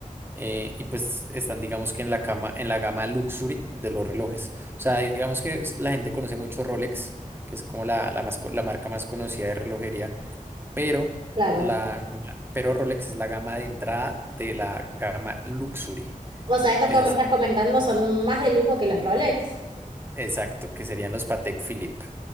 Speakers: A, on the right; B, on the right.
A: eh, y pues están digamos que en la cama, en la gama luxury de los relojes, o sea digamos que es- la gente conoce mucho Rolex, que es como la, la, más, co- la marca más conocida de relojería, pero
B: Claro.
A: la, pero Rolex es la gama de entrada de la gama Luxury.
B: O sea, estos
A: Es,
B: que me estás comentando son más de lujo que los Rolex.
A: exacto, que serían los Patek Philippe.